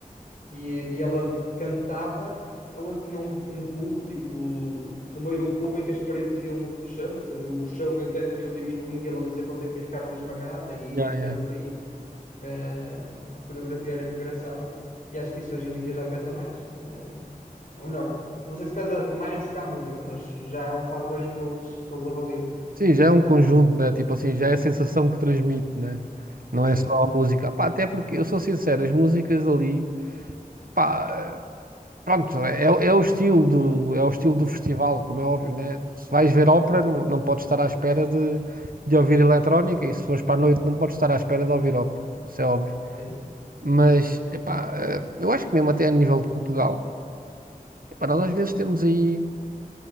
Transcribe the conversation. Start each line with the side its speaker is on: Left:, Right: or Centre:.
Left: e, e ela cantava onde tinha um, um cubo, tipo, no meio de um cubo em que as paredes iam fechando, ou seja, o chão e o teto iam diminuindo e ela fazia conta que ia ficar ali esmagada e,
Right: Yeah, yeah.
Left: e era por aí. Eh, a coreografia era engraçada e acho que isso hoje em dia já pesa mais. Eh, ou melhor, não sei se pesa mais do que a música, mas já é um fator em que eles, que eles avaliam.
Right: Sim, já é um conjunto, né? Tipo assim, já é a sensação que transmite, né? Não
Left: Sim,
Right: é só a música. Pá, até porque, eu sou sincero, as músicas ali, pá, Pronto, é, é o estilo do, é o estilo do festival, como é óbvio, né? Se vais ver ópera, não, não podes estar à espera de, de ouvir eletrónica, e se fores para a noite, não podes estar à espera de ouvir ópera, isso é óbvio.
Left: é isso.
Right: Mas, epá, eh, eu acho que mesmo até a nível de Portugal, epá, nós às vezes temos aí,